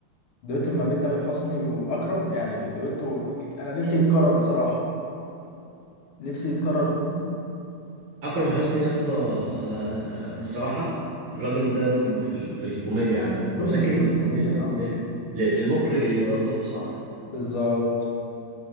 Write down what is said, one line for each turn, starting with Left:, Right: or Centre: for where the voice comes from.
Left: دويتو ما بين تامر حسني واكرم يعني دويتو انا نفسي يتكرر بصراحه نفسي يتكرر تاني
Right: اكرم حسني يا اسطى آه، بصراحه الراجل
Left: مم.
Right: ده توب في ال... في الكوميديا عامه لكن
Left: توب توب في الكوميديا
Right: لل...
Left: اه
Right: لل... للمخرج اللي يوظفه صح
Left: بالظبط